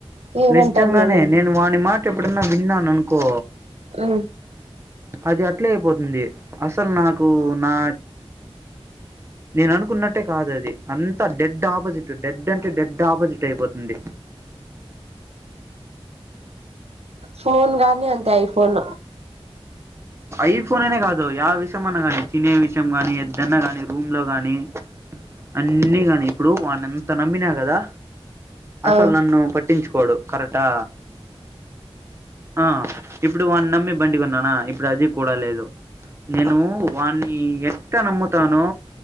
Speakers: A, on the right; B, on the right.
A: ఏమంటారు
B: నిజంగానే
A: నిన్ను
B: నేను వాని మాట ఎప్పుడన్నా విన్నాను అనుకో
A: ఆ
B: అది అట్లే అయిపోతుంది అసలు నాకు నా నేను అనుకున్నట్టే కాదు అది అంత డెడ్ ఆపోజిట్ డెడ్ అంటే డెడ్ ఆపోజిట్ అయిపోతుంది
A: ఫోన్ గానీ అంతే ఐఫోన్
B: ఐఫోన్ అనే కాదు ఆ విషయ అన్నా గానీ తినే విషయం ని ఎద్దన్నా కానీ రూమ్ లో గాని అన్నీ కానీ ఇప్పుడు వాన్నెంత నమ్మినా కదా అసలు
A: ఆ
B: నన్ను పట్టించుకోడు కరెక్టా ఆ ఇప్పుడు వన్ని నమ్మి బండి కొన్న నా ఇప్పుడు అది కూడా లేదు నేను వాణ్ణి ఎట్ట నమ్ముతానో